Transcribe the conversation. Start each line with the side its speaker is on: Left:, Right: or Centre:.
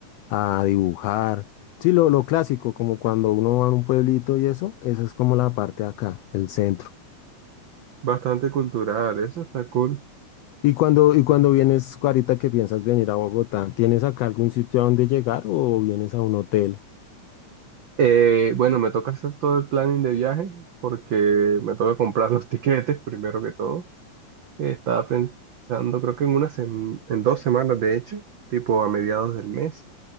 Left: a dibujar. Sí, lo, lo clásico, como cuando uno va a un pueblito y eso, esa es como la parte de acá, el centro.
Right: Bastante cultural, eso está cool.
Left: Y cuando, y cuando vienes, ahorita que piensas venir a Bogotá, ¿tienes acá algún sitio a donde llegar o vienes a un hotel?
Right: Eh, bueno, me toca hacer todo el planning de viaje porque me toca comprar los <laughs> tiquetes primero que todo. Estaba pensando, creo que en unas en, dos semanas, de hecho, tipo a mediados del mes.